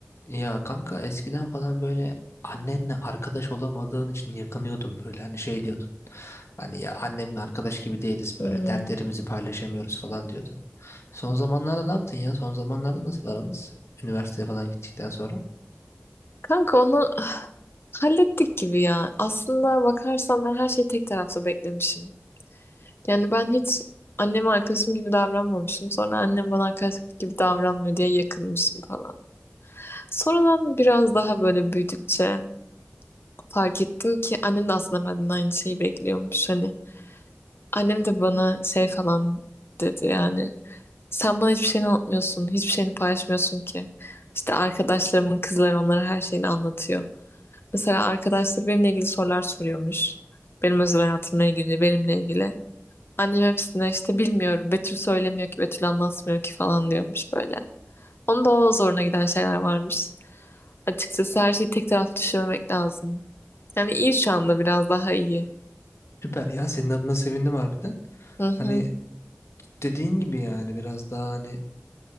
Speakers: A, on the left (about 75°); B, on the left (about 60°).
A: Ya kanka eskiden falan böyle annenle arkadaş olamadığın için yakınıyordum böyle hani şey diyordum. Hani ya annemle arkadaş gibi değiliz
B: Hmm.
A: böyle dertlerimizi paylaşamıyoruz falan diyordun. Son zamanlarda ne yaptın ya? Son zamanlarda nasıl aranız? Üniversiteye falan gittikten sonra.
B: Kanka onu <sighs> hallettik gibi ya. Aslında bakarsan ben her şeyi tek taraflı beklemişim. Yani ben hiç anneme arkadaşım gibi davranmamışım. Sonra annem bana arkadaş gibi davranmıyor diye yakınmışım falan. Sonradan biraz daha böyle büyüdükçe fark ettim ki annem de aslında benden aynı şeyi bekliyormuş. Hani annem de bana şey falan dedi yani. Sen bana hiçbir şeyini anlatmıyorsun, hiçbir şeyini paylaşmıyorsun ki. İşte arkadaşlarımın kızları onlara her şeyini anlatıyor. Mesela arkadaşlar benimle ilgili sorular soruyormuş. Benim özel hayatımla ilgili, benimle ilgili. Annem hepsine işte bilmiyorum, Betül söylemiyor ki, Betül anlatmıyor ki falan diyormuş böyle. Onun da o zoruna giden şeyler varmış. Açıkçası her şeyi tek taraflı düşünmemek lazım. Yani iyi şu anda biraz daha iyi.
A: Süper ya senin adına sevindim harbiden.
B: Hı hı,
A: Hani dediğin gibi yani biraz daha hani